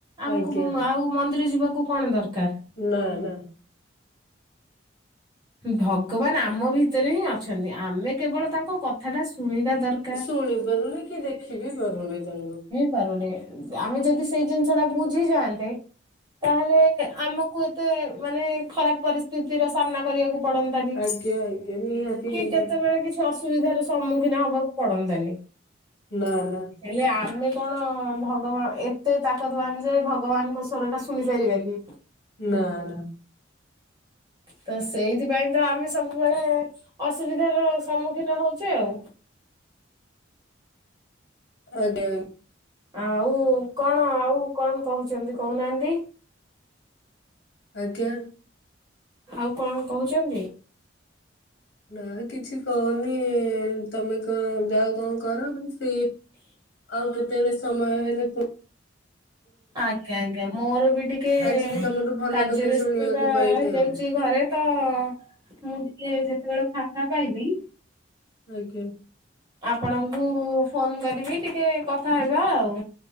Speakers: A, on the right; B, on the left.
A: ଆମକୁ
B: ଆଜ୍ଞା
A: କୁ ଆଉ ମନ୍ଦିର ଯିବାକୁ କଣ ଦରକାର।
B: ନା ନା।
A: ଭଗବାନ ଆମ ଭିତରେ ହିଁ ଅଛନ୍ତି ଆମେ କେବଳ ତାଙ୍କ କଥାଟା ଶୁଣିବା ଦରକା
B: ଶୁଣି ପାରୁନି କି ଦେଖି ବି ପାରୁନି ତାଙ୍କୁ।
A: ପାରୁନି ଆମେ ଯଦି ସେଇ ଜିନିଷ ଟା ବୁଝି ଯାଆନ୍ତେ ତାହେଲେ ଆମକୁ ଏତେ ମାନେ ଖରାପ ପରିସ୍ଥିତିର ସାମ୍ନା କରିବାକୁ ପଡନ୍ତାନି
B: ଆଜ୍ଞା ଆଜ୍ଞା ନିହାତି
A: କି
B: ନିହାତି
A: କେତେବେଳେ କିଛି ଅସୁବିଧାର ସମ୍ମୁଖୀନ ହବାକୁ ପଡନ୍ତାନି।
B: ନା ନା।
A: ହେଲେ ଆମେ କଣ ଭଗବାନ ଏତେ ତାକତବାନ ଯେ ଭଗବାନଙ୍କ ସ୍ଵର ଟା ଶୁଣି ପାରିବା କି?
B: ନା ନା।
A: ତ ସେଇଥିପାଇଁ ତ ଆମେ ସବୁବେଳେ ଅସୁବିଧାର ସମ୍ମୁଖୀନ ହଉଛେ ଆଉ।
B: ଆଜ୍ଞା।
A: ଆଉ କଣ ଆଉ କଣ କହୁଛନ୍ତି କହୁନାହାନ୍ତି।
B: ଆଜ୍ଞା।
A: ଆଉ କଣ କହୁଛନ୍ତି।
B: ନା କିଛି କହୁନି ତମେ କଣ ଯାଅ କଣ କର। ଫ୍ରି ଆଉ କେତେବେଳେ ସମୟ ହେଲେ କ
A: ଆଜ୍ଞା ଆଜ୍ଞା ମୋର ବି ଟିକେ
B: ଆଜି ବି ତମଠୁ ଭଲ
A: କାର୍ଯ୍ୟ
B: କଥା
A: ବ୍ୟସ୍ତତା
B: ଶୁଣିବାକୁ ପାଇଲି
A: ରହିଯାଉଛି
B: ଆଉ
A: ଘରେ। ତ ମୁଁ ଟିକେ ଯେତେବେଳେ ଫାଙ୍କା ପାଇବି
B: ଆଜ୍ଞା।
A: ଆପଣଙ୍କୁ ଫୋନ କରିବି ଟିକେ କଥା ହେବା ଆଉ।